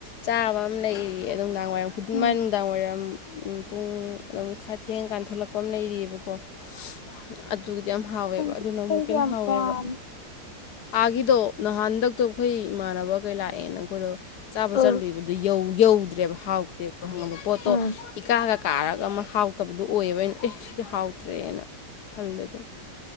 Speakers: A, on the left; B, on the left.
A: ꯆꯥꯕ ꯑꯃ ꯂꯩꯔꯤ ꯅꯨꯡꯗꯥꯡ
B: ꯎꯝ
A: ꯃꯥꯏ ꯅꯨꯡꯗꯥꯡ ꯋꯥꯏꯔꯝ ꯄꯨꯡ ꯑꯗꯨꯝ ꯈꯔ ꯊꯦꯡ ꯀꯥꯟ ꯊꯣꯛꯣꯂꯛꯄ ꯑꯃ ꯂꯩꯔꯤꯌꯦꯕ ꯑꯣ ꯑꯗꯨꯒꯤꯗꯣ ꯌꯥꯝ ꯍꯥꯎꯋꯦꯕ
B: ꯈꯪꯗꯦ
A: ꯑꯗꯨꯅ ꯑꯃꯨꯛꯀ
B: ꯑꯩꯗꯤ
A: ꯍꯦꯟꯅ
B: ꯌꯥꯝ
A: ꯍꯥꯎꯋꯦꯕ
B: ꯄꯥꯝꯃꯦ
A: ꯑꯥꯒꯤꯗꯣ ꯅꯍꯥꯟꯗꯛꯇꯣ ꯑꯩꯈꯣꯏ ꯏꯃꯥꯟꯅꯕꯈꯩ ꯂꯥꯛꯑꯦꯅ ꯑꯩꯈꯣꯏꯗꯣ ꯆꯥꯕ
B: ꯎꯝ
A: ꯆꯠꯂꯨꯏꯕ ꯑꯗꯨ ꯌꯧꯗ꯭ꯔꯦꯕ ꯍꯥꯎꯇꯦꯕ ꯈꯪꯉꯕ ꯄꯣꯠꯇꯣ
B: ꯎꯝ
A: ꯏꯀꯥꯒ ꯀꯥꯔꯒ ꯑꯃ ꯍꯥꯎ ꯐꯠꯇꯕꯗꯣ ꯑꯣꯏꯌꯦꯕ ꯑꯩꯅ ꯑꯦ ꯁꯤꯗꯤ ꯍꯥꯎꯇ꯭ꯔꯦꯅ ꯈꯜꯂꯦꯗꯣ